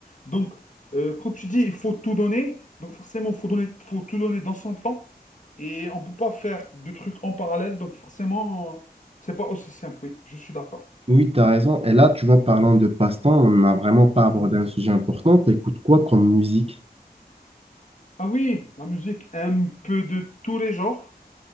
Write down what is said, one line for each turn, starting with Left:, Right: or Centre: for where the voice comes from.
Left: Donc, euh, quand tu dis il faut tout donner, donc forcément, il faut donner, faut tout donner dans son temps. Et on ne peut pas faire de trucs en parallèle. Donc, forcément, euh, c'est pas aussi simple. Oui, je suis d'accord.
Right: Oui, tu as raison. Et là, tu vois, parlant de passe-temps, on n'a vraiment pas abordé
Left: Mhm.
Right: un sujet important. T'écoutes quoi comme musique?
Left: Ah oui, la musique, un peu de tous les genres.